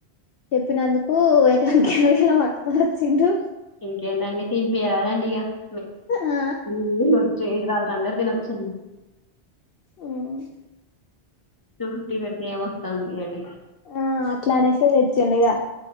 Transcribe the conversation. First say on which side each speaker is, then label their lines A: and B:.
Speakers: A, on the left; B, on the left.
A: చెప్పినందుకు ఇక గేల గేల పట్టుకొని వచ్చిండు
B: ఇంకేందండి తిన్పియరాదండీ <unintelligible>
A: ఆ
B: <unintelligible> కాదు అందరు తినొచ్చా
A: ఉహ్
B: టూ ఫిఫ్టీ పెడితే ఏమొస్తందితి అండి
A: ఆ అట్లా అనేసే తెచ్చండు ఇగ